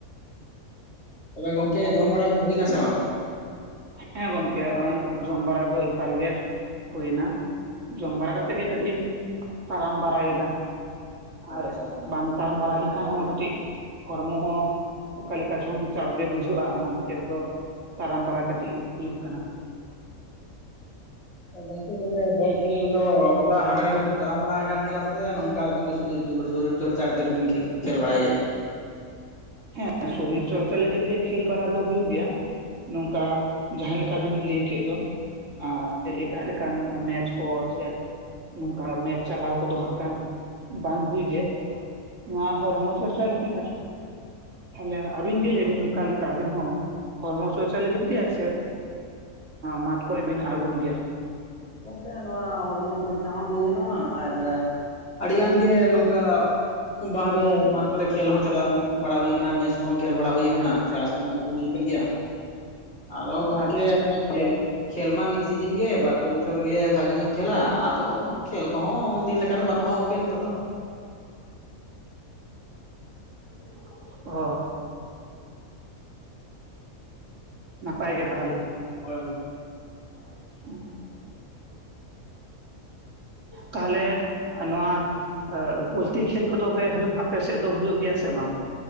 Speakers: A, on the left; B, on the right.
A: ᱛᱚᱵᱮ ᱜᱚᱝᱠᱮ
B: ᱚᱱᱠᱟᱱ
A: ᱡᱚᱢ ᱵᱟᱲᱟ ᱠᱚᱫᱚ ᱦᱩᱭᱱᱟ ᱥᱮ ᱵᱟᱝ?
B: ᱦᱮᱸ ᱜᱚᱝᱠᱮ ᱦᱚᱸᱜᱼᱚᱭ ᱡᱚᱢ ᱵᱟᱲᱟ ᱫᱚ ᱮᱠᱟᱞ ᱜᱮ ᱦᱩᱭ ᱮᱱᱟ᱾ ᱡᱚᱢ ᱵᱟᱲᱟ ᱠᱟᱛᱮᱫ ᱜᱮ ᱠᱟᱹᱴᱤᱡ ᱤᱧ ᱛᱟᱨᱟᱢ ᱵᱟᱨᱟᱭ ᱮᱫᱟ᱾
A: ᱟᱪᱪᱷᱟ
B: ᱟᱨ ᱵᱟᱝ ᱛᱟᱨᱟᱢ ᱵᱟᱲᱟ ᱞᱮᱠᱷᱟᱱ ᱦᱚᱸ ᱠᱟᱹᱴᱤᱡ ᱦᱚᱲᱢᱚ ᱦᱚᱸ ᱚᱠᱟ ᱞᱮᱠᱟ ᱪᱚᱝ ᱪᱟᱯ ᱜᱮ ᱵᱩᱡᱷᱟᱹᱜᱼᱟ ᱚᱱᱟ ᱠᱷᱟᱹᱛᱤᱨ ᱟᱫᱚ ᱛᱟᱨᱟᱢ ᱵᱟᱨᱟ ᱠᱟᱹᱴᱤᱡ ᱦᱩᱭᱩᱜ ᱠᱟᱱᱟ᱾
A: ᱜᱚᱝᱠᱮ ᱛᱚᱵᱮ ᱵᱚᱞ ᱠᱷᱮᱞ ᱫᱚ ᱜᱚᱴᱟ ᱦᱟᱸᱰᱮ ᱱᱟᱸᱰᱮ ᱵᱤᱱ ᱪᱟᱞᱟᱣ ᱵᱟᱲᱟ ᱟᱠᱟᱱ ᱜᱮᱭᱟ ᱥᱮ ᱱᱚᱝᱠᱟ ᱟᱹᱵᱤᱱ ᱫᱚ ᱥᱩᱫᱩ ᱥᱚᱨᱤᱨ ᱪᱚᱨᱪᱟ ᱠᱷᱟᱹᱛᱤᱨ ᱵᱤᱱ ᱠᱷᱮᱞ ᱵᱟᱲᱟᱭ ᱜᱮᱭᱟ?
B: ᱦᱮᱸ ᱥᱚᱨᱤᱨ ᱪᱚᱨᱪᱟ ᱞᱟᱹᱜᱤᱫ ᱜᱮ ᱠᱷᱮᱞ ᱵᱟᱲᱟ ᱫᱚ ᱦᱩᱭᱩᱜ ᱜᱮᱭᱟ᱾ ᱱᱚᱝᱠᱟ ᱡᱟᱦᱟᱸ ᱞᱮᱠᱟ ᱵᱤᱱ ᱞᱟᱹᱭ ᱠᱮᱫ ᱫᱚ᱾ ᱟᱨ ᱥᱮ ᱮᱴᱟᱜ ᱞᱮᱠᱟᱱ ᱢᱮᱪ ᱠᱚ ᱥᱮ ᱱᱚᱝᱠᱟ ᱢᱮᱪ ᱪᱟᱞᱟᱣ ᱠᱚᱫᱚ ᱦᱟᱸᱜ ᱠᱷᱟᱱ ᱵᱟᱝ ᱦᱩᱭ ᱜᱮ᱾ ᱱᱚᱣᱟ ᱦᱚᱨᱢᱚ ᱪᱚᱨᱪᱟ <unintelligible> ᱛᱟᱦᱚᱞᱮ ᱟᱹᱵᱤᱱ ᱜᱮ ᱞᱟᱹᱭ ᱵᱤᱱ ᱚᱠᱟ ᱞᱮᱠᱟ ᱟᱹᱵᱤᱱ ᱦᱚᱸ ᱦᱚᱨᱢᱚ ᱪᱚᱨᱪᱟ ᱞᱟᱹᱜᱤᱫ ᱜᱮ ᱥᱮ ᱢᱟᱴᱷ ᱠᱚᱨᱮ ᱵᱤᱱ ᱟᱲᱜᱳᱱ ᱜᱮᱭᱟ?
A: ᱜᱚᱝᱠᱮ ᱱᱚᱣᱟ ᱦᱚᱲᱢᱚ ᱪᱚᱨᱪᱟ ᱦᱚᱸ ᱞᱟᱹᱭ ᱜᱟᱱᱚᱜᱼᱟ ᱟᱨ ᱟᱹᱰᱤ ᱜᱟᱱ ᱜᱮ ᱱᱚᱝᱠᱟ ᱵᱟᱦᱨᱮ ᱢᱟᱴᱷ ᱠᱚᱨᱮ ᱠᱷᱮᱞ ᱦᱚᱸ ᱪᱟᱞᱟᱣ ᱵᱟᱲᱟ ᱦᱩᱭ ᱠᱟᱱᱟ ᱢᱮᱪ ᱠᱚᱦᱚᱸ ᱠᱷᱮᱞ ᱵᱟᱲᱟ ᱦᱩᱭ ᱟᱠᱟᱱᱟ ᱯᱮᱨᱟᱭᱤᱡ ᱠᱚᱦᱚᱸ ᱟᱹᱜᱩ ᱦᱩᱭ ᱟᱠᱟᱱ ᱜᱮᱭᱟ᱾
B: <inaudible>
A: ᱟᱫᱚ ᱜᱚᱝᱠᱮ
B: ᱟᱪᱪᱷᱟ
A: ᱱᱚᱸᱜᱼᱚᱭ ᱠᱷᱮᱞ ᱠᱷᱮᱞ ᱢᱟ ᱢᱤᱫ ᱥᱤᱡᱤᱱ ᱜᱮ ᱵᱟᱨ ᱯᱮ ᱵᱚᱪᱷᱚᱨ ᱜᱮ ᱵᱷᱟᱹᱜᱤ ᱧᱚᱸᱜ ᱮᱢ ᱠᱷᱮᱹᱞᱟ ᱟᱫᱚ ᱠᱷᱮᱞ ᱠᱚᱦᱚᱸ ᱩᱱᱫᱤᱱ ᱞᱮᱠᱟ ᱫᱚ ᱵᱟᱹᱱᱩᱜᱼᱟ ᱜᱚᱝᱠᱮ ᱱᱤᱛᱚᱜ ᱫᱚ᱾
B: <inaudible> ᱚ᱾ ᱱᱟᱯᱟᱭ ᱜᱮ ᱛᱟᱦᱚᱞᱮ?
A: ᱦᱳᱭ ᱜᱚᱝᱠᱮ᱾
B: <inaudible> ᱛᱟᱦᱞᱮ ᱱᱚᱣᱟ ᱯᱚᱥᱞᱛᱤ ᱠᱷᱮᱞ ᱠᱚᱫᱚ ᱦᱩᱭᱩᱜ ᱟᱯᱮ ᱥᱮᱫ ᱫᱚ ᱦᱩᱭᱩᱜ ᱜᱮᱭᱟ ᱥᱮ ᱵᱟᱝ?